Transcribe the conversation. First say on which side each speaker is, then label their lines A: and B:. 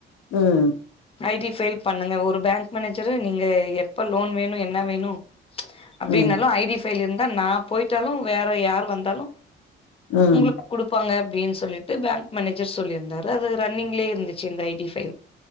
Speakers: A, on the left; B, on the left.
A: ம்
B: ஐ டி ஃபயில் பண்ணுங்க ஒரு பேங்க் மேனேஜரு நீங்க எப்ப லோன் வேணும் என்ன வேணு அப்டின்னாலும்
A: ம்
B: ஐ டி ஃபைல் இருந்தா நான் போயிட்டாலும் வேற யார் வந்தாலும்
A: ம்
B: உங்களுக்கு குடுக் ப்பாங்க அப்டின் சொல்லிட்டு பேங்க் மேனேஜர் சொல்லிருந்தாரு அது ரன்னிங்லே இருந்துச்சு இந்த ஐ டி ஃபைல்